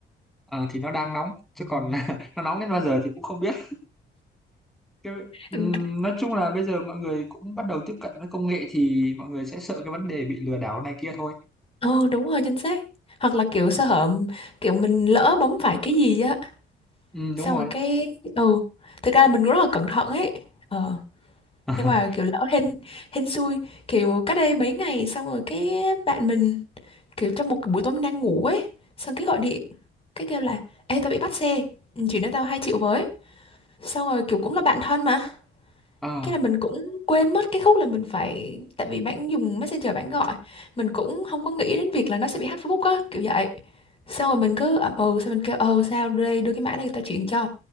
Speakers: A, in the centre; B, on the left.
A: Ờ, thì nó đang nóng chứ còn <laughs> nó nóng đến bao giờ thì cũng không biết. Cái, ừm,
B: ừ
A: nói chung là bây giờ mọi người cũng bắt đầu tiếp cận với công nghệ thì mọi người sẽ sợ cái vấn đề bị lừa đảo này kia thôi.
B: ừ, đúng rồi chính xác hoặc là kiểu sơ
A: Ừ,
B: hở kiểu mình lỡ bấm phải cái gì á
A: ừ,
B: xong
A: đúng rồi.
B: rồi cái ừ thực ra là mình cũng rất là cẩn thận ấy ờ
A: <laughs>
B: nhưng mà kiểu lỡ hên hên xui kiểu cách đây mấy ngày xong rồi cái bạn mình kiểu trong một cái buổi tối mình đang ngủ ấy xong cái gọi điện cái kêu là ê tao bị bắt xe ừ, chuyển cho tao hai triệu với xong rồi kiểu cũng là bạn thân mà
A: Ờ,
B: cái là mình cũng quên mất cái khúc là mình phải tại vì bạn dùng messenger bạn gọi mình cũng không có nghĩ đến việc là nó sẽ bị hack facebook á kiểu vậy xong rồi mình cứ ậm ừ xong mình kêu ờ sao đưa đây đưa cái mã đây tao chuyển cho